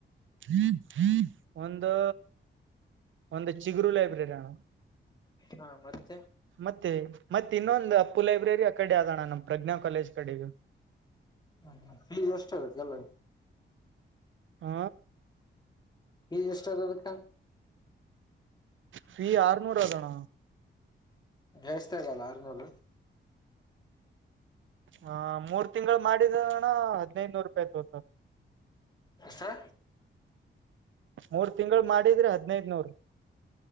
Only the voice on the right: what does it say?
ಹ್ಮ ಒಂದು ಒಂದು ಚಿಗರು ಲೈಬ್ರೆರಿ ನಾನು
ಮತ್ತೆ ಮತ್ತೆ ಇನ್ನೊಂದು ಅಪ್ಪು ಲೈಬ್ರರಿ ಆ ಕಡೆ ಆದಣ ನಮ್ ಪ್ರಜ್ಞಾ ಕಾಲೇಜ್ ಕಡೆಗೆ
ಹ
ಫೀ ಆರನೂರ ಆದದಣ
ಹ ಮೂರ್ ತಿಂಗಳು ಮಾಡಿದಣ ಹದನೈದನೂರು ರೂಪಾಯಿ ತೋತ
ಮೂರ್ ತಿಂಗಳು ಮಾಡಿದ್ರೆ ಹದ್ನದನೂರು